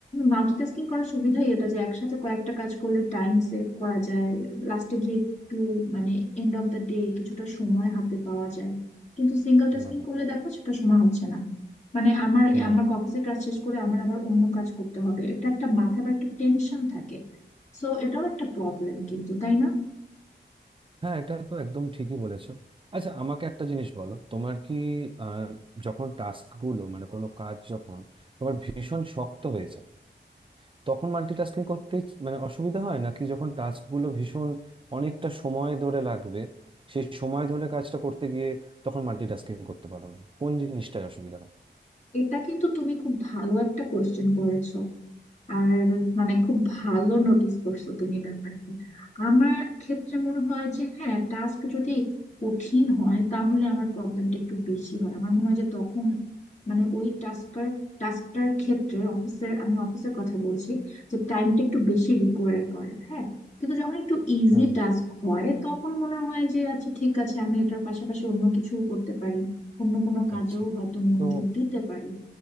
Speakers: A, on the left; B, on the right.
A: মাল্টিটাস্কিং করার সুবিধাই এটা যে একসাথে কয়েকটা কাজ করলে টাইম সেভ করা যায় লাস্টে গিয়ে একটু মানে এন্ড অফ দ্য ডে কিছুটা সময় হাতে পাওয়া যায় কিন্তু সিঙ্গেল টাস্কিং
B: মনে হয়।
A: করলে দেখো সেটা সময় হচ্ছে না মানে আমার
B: হুম
A: আমার অফিসের কাজ শেষ করে আমার আবার অন্য কাজ করতে হবে এটা একটা মাথা বা একটা টেনশন থাকে সো এটাও একটা প্রবলেম কিন্তু তাই না
B: হ্যাঁ এটা তো একদম ঠিকই বলেছো আচ্ছা আমাকে একটা জিনিস বলো তোমার কি আহ, যখন টাস্ক গুলো মানে কোনো কাজ যখন তোমার ভীষণ শক্ত হয়ে যায় তখন মাল্টিটাস্কিং করতে ইচ- মানে অসুবিধা হয় নাকি যখন টাস্ক গুলো ভীষণ অনেকটা সময় ধরে লাগবে সেই সময় ধরে কাজটা করতে গিয়ে তখন মাল্টিটাস্কিং করতে পারো না কোন জিনিসটায় অসুবিধা হয়
A: এটা কিন্তু তুমি খুব ভালো একটা কোশ্চেন করেছো আর মানে খুব ভালো নোটিস করছো তুমি ব্যাপারটা আমার ক্ষেত্রে মনে হয় যে হ্যাঁ টাস্ক যদি কঠিন হয় তাহলে আমার প্রবলেমটা একটু বেশি হয় আমার মনে হয় যে তখন মানে ওই টাস্কটার টাস্কটার ক্ষেত্রে অফিসের আমি অফিসের কথা বলছি যে টাইমটা একটু বেশি রিকোয়ার করে হ্যাঁ কিন্তু যখন একটু ইজি
B: হুম
A: টাস্ক হয় তখন মনে হয় যে আচ্ছা ঠিক আছে আমি এটার পাশাপাশি অন্য কিছুও করতে পারি অন্য কোনো কাজেও
B: আচ্ছা
A: হয়তো মনোযোগ
B: তো
A: দিতে পারি